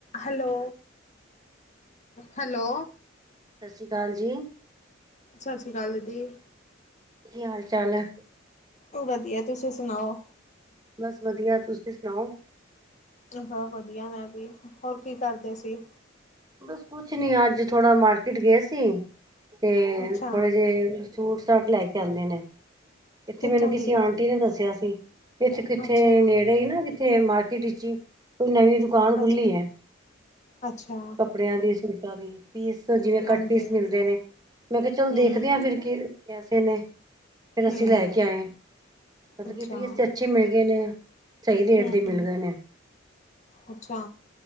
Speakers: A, on the left; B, on the right.
A: Hello. Hello.
B: ਸਸ ਸ੍ਰੀ ਕਾਲ ਜੀ।
A: ਸਸ ਸ੍ਰੀ ਕਾਲ ਦੀਦੀ।
B: ਕੀ ਹਾਲ-ਚਾਲ ਐ?
A: ਭ ਵਧੀਐ। ਤੁਸੀ ਸੁਨਾਓ?
B: ਬਸ ਵਧੀਆ। ਤੁਸੀ ਸੁਨਾਓ?
A: ਜੀ ਬੋ ਵਧੀਆ ਮੈਂ ਵੀ। ਹੋਰ ਕੀ ਕਰਦੇ ਸੀ?
B: ਬਸ ਕੁਛ ਨੀ ਅੱਜ ਥੋੜਾ ਮਾਰਕੀਟ ਗੇ ਸੀ ਤੇ
A: ਅੱਛਾ
B: ਥੋੜੇ ਜੇ ਸੂਟ-ਸਾਟ ਲੈ ਕੇ ਆਂਦੇ ਨੇ। ਇੱਥੇ
A: ਕਿੱਥੋਂ
B: ਮੈਨੂੰ ਕਿਸੀ
A: ਦੀ
B: ਆਂਟੀ ਨੇ ਦੱਸਿਆ ਸੀ, ਇੱਥੇ ਕਿੱਥੇ
A: ਅੱਛਾ
B: ਨੇੜੇ ਈ ਨਾ <unintelligible> ਮਾਰਕੀਟ ਇੱਚ ਕੋਈ ਨਵੀਂ ਦੁਕਾਨ ਖੁੱਲੀ
A: ਅੱਛਾ
B: ਏ,
A: ਅੱਛਾ
B: ਕੱਪ ੜਿਆਂ ਦੀ, ਸੂਟਾਂ ਦੀ, ਪੀਸ ਜਿਵੇਂ
A: ਹਾਂਜੀ
B: ਕੱਟ ਪੀਸ ਮਿਲਦੇ ਨੇ। ਮੈਂ ਕਿਆ ਚਲ
A: ਹਮ
B: ਦੇਖਦੇ ਆਂ ਫਿਰ ਕੀ ਕੈਸੇ ਨੇ। ਫੇਰ ਅਸੀ
A: ਹਮ
B: ਲੈ ਕੇ ਆਏ ਆਂ। ਮਤਲਬ
A: ਅੱਛਾ
B: ਕੀ ਪੀਸ ਤੇ ਅੱ ਛੇ ਮਿਲ ਗਏ ਨੇ। ਸ਼ਈ ਰੇਟ
A: ਹਮ
B: ਦੇ ਮਿਲ ਗੇ ਨੇ।
A: ਅੱਛਾ।